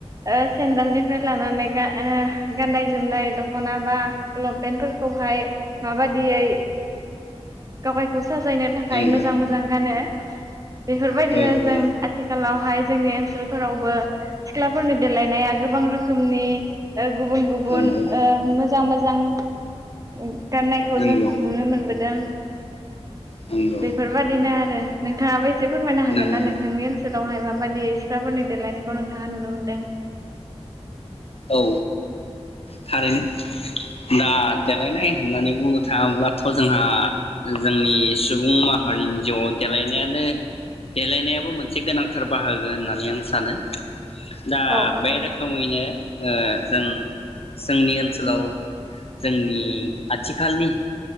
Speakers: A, on the right; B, on the left.
A: ओ सेन्देलनिफ्राय लानानै गा ओ गाननाय जोमनाय दख'ना बा लंपेन्टफोरखौहाय माबादियै ओ <unintelligible> साजायनो थाखाय
B: नंगौ
A: मोजां मोजां गानो। बेफोरबायदिनो
B: ओ
A: जों
B: ओ
A: आथिखालावहाय जोंनि ओनसोलफोरावबो सिख्लाफोरनि देलायनाया गोबां रोखोमनि। ओ गुबुन गुबुन
B: नंगौ
A: ओ मोजां मोजां। <unintelligible> गाननायखौ
B: नंगौ
A: जों नुनो मोनबोदों।
B: नंगौ
A: बेफोरबायदिनो आरो। नोंथाङा एसे फोरमायनो होगोना
B: नंगौ
A: नोंथांनि ओनसोलावहाय मा बादियै सिख्लाफोरनि देलायनायखौ नोंथाङा नुनो मोनदों
B: औ थारैनो दा देलायनाय होननानै बुंनो थाङोब्लाथ' जोंहा जोंनि सुबुं माहारिनि जिउआव देलायनायानो देलायनायाबो मोनसे गोनांथार बाहागो होननानै आं सानो दा
A: औ औ
B: बे रोखोमैनो ओ जों जोंनि ओनसोलाव जोंनि आथिखालनि